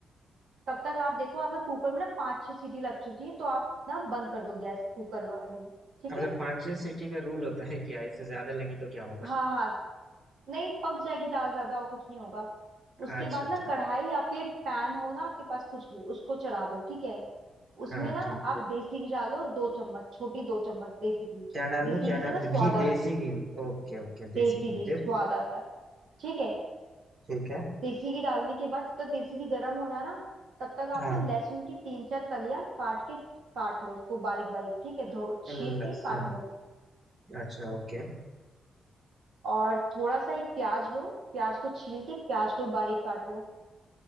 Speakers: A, on the right (about 70°); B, on the right (about 40°).
A: तब तक आप देखो आपके कुकर में ना पांच छह सीटी लग चुकी है तो आप ना बंद कर दो गैस कुकर वाली ठीक
B: अच्छा
A: है
B: पांचवें सीटी का रूल होता है क्या इससे ज्यादा लगी तो क्या होगा
A: हाँ हाँ नहीं पक जाएगी दाल ज्यादा और कुछ नहीं होगा उसके
B: अच्छा
A: बाद ना
B: ठीक
A: कढ़ाई या फिर पैन हो ना आपके पास कुछ भी उसको चढ़ा दो ठीक है उसमें
B: हाँ
A: ना
B: ठीक
A: आप
B: है
A: देसी घी डालो दो चम्मच छोटी दो चम्मच देसी घी
B: क्या डालूं
A: देसी
B: क्या
A: घी से
B: डाल
A: ना स्वाद
B: घी
A: आ
B: देसी घी ओके ओके
A: देसी
B: देसी घी
A: घी
B: फिर
A: स्वाद आता है ठीक है
B: ठीक है
A: देसी घी डालने के बाद जब तक देसी घी गर्म हो रहा है ना तब तक
B: हाँ
A: आप ना लहसुन की तीन चार कलियां काट के काट लो उसको बारीक बारीक ठीक है धो छील
B: लहसुन
A: के काट लो
B: अच्छा ओके
A: और थोड़ा सा एक प्याज लो प्याज को छील के प्याज को बारीक काट लो